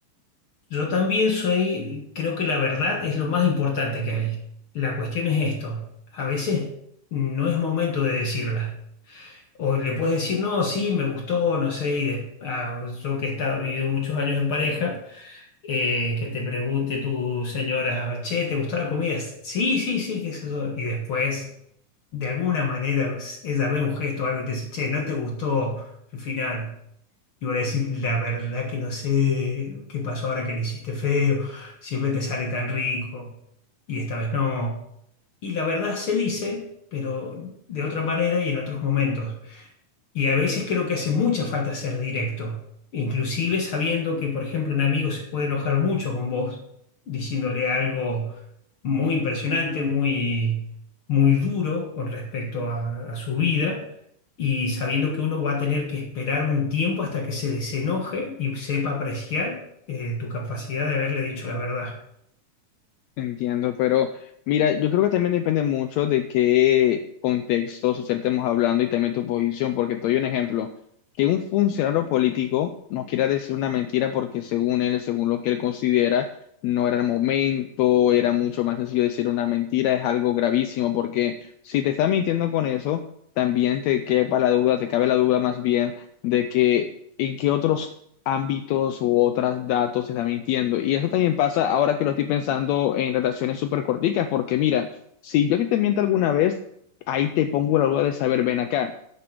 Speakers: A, on the left (about 50°); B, on the left (about 80°).
A: Yo también soy, creo que la verdad es lo más importante que hay. La cuestión es esto. A veces no es momento de decirla. O le puedes decir, no, sí, me gustó, no sé, y des- ah, yo que he estado, vivido muchos años en pareja, eh, que te pregunte tu señora, che, ¿te gustó la comida? Sí, sí, sí, qué sé yo. Y después, de alguna manera, ella ve un gesto o algo y te dice, che, no te gustó al final. Y voy a decir, la verdad que no sé qué pasó ahora que le hiciste feo, siempre te sale tan rico y esta vez no. Y la verdad se dice, pero de otra manera y en otros momentos. Y a veces creo que hace mucha falta ser directo, inclusive sabiendo que, por ejemplo, un amigo se puede enojar mucho con vos, diciéndole algo muy impresionante, muy, muy duro con respecto a, a su vida, y sabiendo que uno va a tener que esperar un tiempo hasta que se desenoje y sepa apreciar eh, tu capacidad de haberle dicho la verdad.
B: Entiendo, pero mira, yo creo que también depende mucho de qué contexto social estemos hablando y también tu posición, porque te doy un ejemplo. Que un funcionario político no quiera decir una mentira porque según él, según lo que él considera, no era el momento, era mucho más sencillo decir una mentira, es algo gravísimo, porque si te está mintiendo con eso, también te quepa la duda, te cabe la duda más bien de que en qué otros ámbitos u otros datos se está mintiendo. Y eso también pasa ahora que lo estoy pensando en relaciones súper corticas, porque mira, si yo a ti te miento alguna vez, ahí te pongo la duda de saber, ven acá,